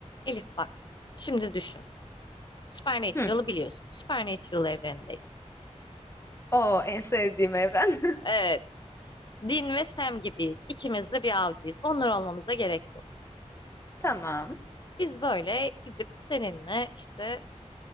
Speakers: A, on the left; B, on the left.
A: Elif bak, şimdi düşün. Supernatural'ı
B: Hı.
A: biliyorsun. Supernatural evrenindeyiz.
B: O en sevdiğim evren.
A: Evet, Dean ve Sam gibiyiz. İkimiz de bir avcıyız. Onlar olmamıza gerek yok.
B: <laughs> Tamam.
A: Biz böyle gidip seninle işte